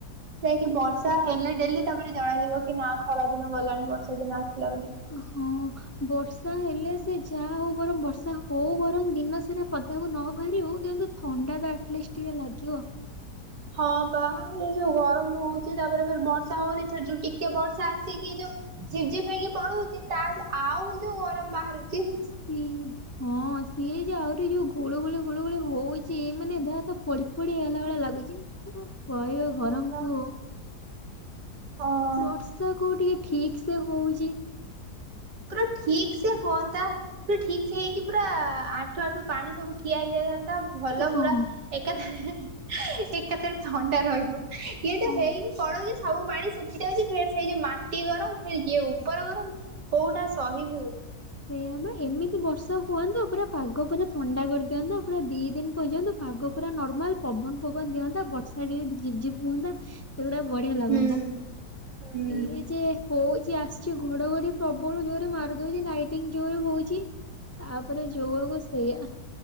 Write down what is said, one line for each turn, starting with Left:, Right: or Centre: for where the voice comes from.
Right: ଯାଇକି ବର୍ଷା ହେଲେ ଡେଲି, ତାପରେ ଜଣାଯିବ କି, ନା ଖରା ଦିନ ଗଲାଣି ବର୍ଷା ଦିନ ଆସିଲା ବୋଲିକି?
Left: ହଁ ବର୍ଷା ହେଲେ ସେ ଯାହା ହଉ ବରଂ, ବର୍ଷା ହଉ ବରଂ, ଦିନ ସାରା ପଦାକୁ ନ ବାହାରି ହଉ କିନ୍ତୁ ଥଣ୍ଡା ତ ଆଟଲିଷ୍ଟ୍ ଟିକେ ଲାଗିବ।
Right: ହଁ ପା, ଏ ଯୋଉ ଗରମ ହଉଚି, ତାପରେ ଫେରେ ବର୍ଷା ହଉନି, ଫେରେ ଯୋଉ ଟିକେ ବର୍ଷା ଆସିକି ଯୋଉ ଝିପ୍ ଝିପ୍ ହେଇକି ପଳଉଚି, ତା ଆଉ ଯୋଉ ଗରମ ବାହାରୁ
Left: ଇସି ଇ ହଁ ସିଏ ଯେ ଆହୁରି ଯୋଉ ଗୁଳୁ ଗୁଳି ଗୁଳୁ ଗୁଳି ହଉଛି ମାନେ ଦେହ ହାତ ଫୋଡି ଫୋଡି ହେଲା ଭଳିଆ ଲାଗୁଛି। କଣ କହିବ ଗରମକୁ।
Right: ହଁ ବା ହଁ।
Left: ବର୍ଷା କୋଉ ଟିକେ ଠିକସେ ହୋଉଛି।
Right: ପୁରା ଠିକ ସେ ହୁଅନ୍ତା ପୁରା ଠିକ ସେ ହେଇକି ପୁରା ଆଠ ଆଠ ପାଣି ସବୁ ଠିଆ ହେଇଯାଇଥାନ୍ତା ଭଲ
Left: ହଁ
Right: ପୁରା ଏକାଥରେ ଏକାଥରେ ଥଣ୍ଡା ରହିବ ଇଏ ଯୋଉ
Left: ହଁ।
Right: ହେଇକି ପଳାଉଛି ସବୁ ପାଣି ଶୁଖିଯାଉଛି ଫେର୍ ସେଇ ଯୋଉ ମାଟି ଗରମ ପୁଣି ଇଏ ଉପର ଗରମ କୋଉଟା ସହିବୁ।
Left: ସେଇଆ ପା ଏମିତି ବର୍ଷା ହୁଅନ୍ତା ପୁରା ପାଗ ପୁରା ଥଣ୍ଡା କରିଦିଅନ୍ତା ପୁରା ଦି ଦିନ ପର୍ଯ୍ୟନ୍ତ ପାଗ ପୁରା ନର୍ମାଲ ପବନ ଫବନ ଦିଅନ୍ତା ବର୍ଷା ଟିକେ ଝିପଝିପ୍ ହୁଅନ୍ତା ସେଗୁଡା ବଢିଆ ଲାଗନ୍ତା।
Right: ହୁଁ ହୁଁ
Left: ଇଏ ଯେ ହୋଉଛି ଆସୁଛି ଘଡଘଡି ପ୍ରବଳ ଜୋରେ ମାରୁ ଦଉଛି ଲାଇଟିଙ୍ଗ ଜୋରେ ହଉଛି। ତାପରେ ଯୋଉଆ କୁ ସେଇଆ।